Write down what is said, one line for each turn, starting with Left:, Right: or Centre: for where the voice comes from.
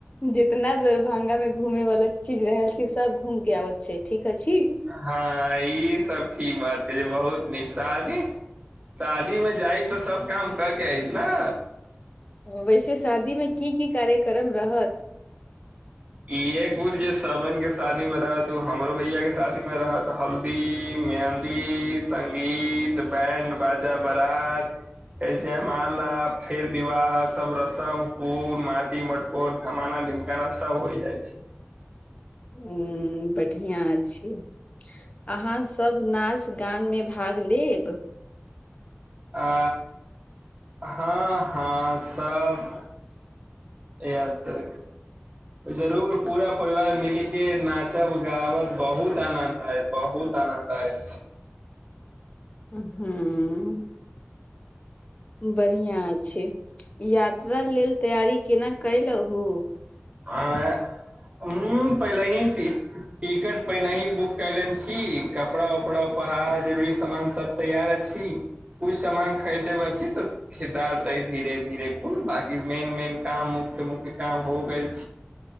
Left: जितना दरभंगा मे घूमे वाला चीज रहल छी सब घूम के आबैत छै ठीक ह छी
Right: हँ ई सब ठीक बात कह छै बहुत नीक शादी शादीमे जाइब त सब काम कऽके आय ने
Left: वैसे शादी मे की की कार्यक्रम रहत
Right: इे कुल जे सवन के शादी मे रहत उ हमरो भैया के शादी मे रहत हल्दी मेहदी सगीत बैंड़ बाजा बरात ऐसे जय माला फेर विवाह सब रस्म फूल माटी मट ओ डमाना डिमकाना सब होइ जाइ छै
Left: हु बढ़िआँ छी अहाँसभ नाच गानमे भाग लेब
Right: आ हँ हँ सभ यार तँ जरूर पूरा परिवार मिले नाचब गाबब बहुत आनन्द आयत अछि बहुत आनन्द अछि
Left: हूं बढ़ियाँ छै यात्रा लेल तैयारी केना कलहु
Right: आ हू पहिलहे टिकट पहिने ही बुक कलेन छी कपड़ा उपड़ा उपहार जरूरी सामान सब तैयार अछि कुछ सामान खरीदे बचल छी तऽ खेदातै धीरे धीरे कोुन बाकी मेन मेन काम मुख्य मुख्य काम हो गेल